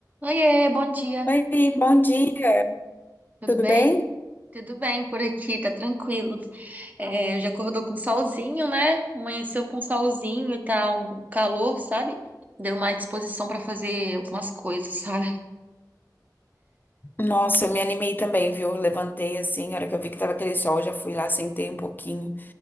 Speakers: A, on the right; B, on the left.
A: Oiê, bom dia.
B: Oi, bom dia,
A: Tudo
B: tudo
A: bem?
B: bem?
A: Tudo bem por aqui, tá tranquilo. É, já acordou com solzinho, né? Amanheceu com solzinho e tá um calor, sabe? Deu mais disposição pra fazer algumas coisas, sabe?
B: Nossa, eu me animei também, viu? Eu Levantei assim, a hora que eu vi que tava aquele sol, eu já fui lá, sentei um pouquinho.